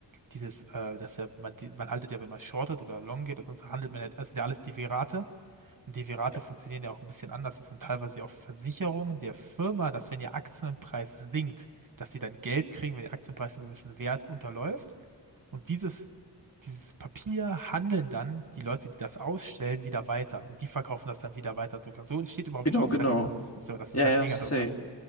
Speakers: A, on the right; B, on the left.
A: Dieses, äh, dass ja, wenn man, die- man haltet ja, wenn man shortet oder long geht, sonst handelt man ja, das sind ja alles Derivate. Und Derivate
B: ja,
A: funktionieren ja auch ein bisschen anders. Das sind teilweise ja auch Versicherungen der Firma, dass wenn ihr Aktienpreis sinkt, dass sie dann Geld kriegen, wenn der Aktienpreis einen gewissen Wert unterläuft. Und dieses, dieses Papier handeln dann die Leute, die das ausstellen, wieder weiter. Und die verkaufen das dann wieder weiter. So, so entsteht überhaupt
B: genau,
A: Short
B: genau.
A: Selling. So, das
B: Ja,
A: ist halt
B: ja,
A: mega
B: safe.
A: interessant.